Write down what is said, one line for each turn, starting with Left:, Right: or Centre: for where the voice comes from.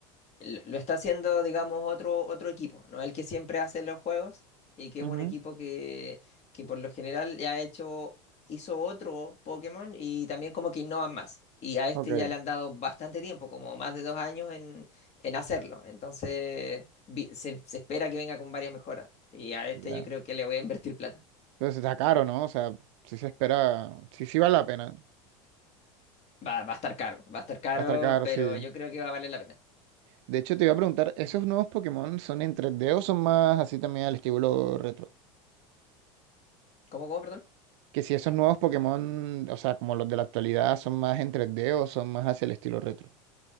Left: l- lo está haciendo, digamos, otro, otro equipo, ¿no? El que siempre hace los juegos y que
Right: Ujú.
Left: es un equipo que, que por lo general ya ha hecho, hizo otro Pokémon y también como que innovan más. Y a este
Right: Ok,
Left: ya le han dado bastante tiempo, como más de dos años en, en hacerlo. Entonces vi- se, se espera que venga con varias mejoras. Y a este
Right: ya.
Left: yo creo que le voy a invertir plata.
Right: Entonces está caro, ¿no? O sea, sí se espera, sí, sí vale la pena.
Left: Va, va a estar caro, va a estar caro,
Right: Va a estar caro,
Left: pero
Right: sí.
Left: yo creo que va a valer la pena.
Right: De hecho, te iba a preguntar, ¿esos nuevos Pokémon son en 3D o son más así también al estilo retro?
Left: ¿Cómo, cómo, perdón?
Right: que si esos nuevos Pokémon, o sea, como los de la actualidad, son más en 3D o son más hacia el estilo retro.